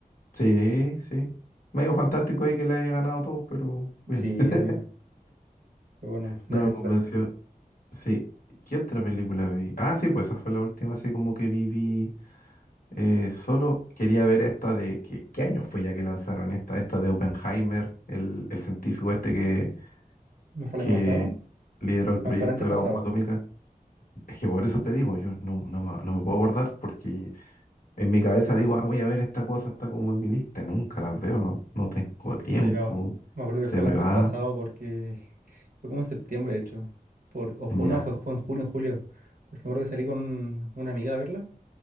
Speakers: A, on the left; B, on the right.
A: Sí, sí. Medio fantástico ahí que le haya ganado todo, pero bien.
B: Sí,
A: <laughs>
B: obvio. Pero bueno, <laughs>
A: No
B: da
A: me
B: eso.
A: convenció. Sí. ¿Qué otra película vi? Ah, sí, pues esa fue la última así como que vi, vi, eh, solo quería ver esta de... ¿Qué, qué año fue ya que lanzaron esta? Esta de Oppenheimer, el, el científico
B: ¿No
A: este que,
B: fue
A: que
B: el año pasado?
A: lideró el proyecto
B: No, fue el antepasado.
A: de la bomba atómica. Es que por eso te digo, yo no, no, me no me puedo acordar porque en mi cabeza digo, ah, voy a ver esta cosa, está como en mi lista, nunca las veo, no, no tengo tiempo,
B: Sí, no. Me acuerdo que
A: se
B: fue el
A: me
B: antepasado
A: va,
B: porque <laughs> fue como en septiembre, de hecho. Por... O ju-
A: ya,
B: no, fue ju- en junio, julio. Porque me acuerdo que salí con un- una amiga a verla.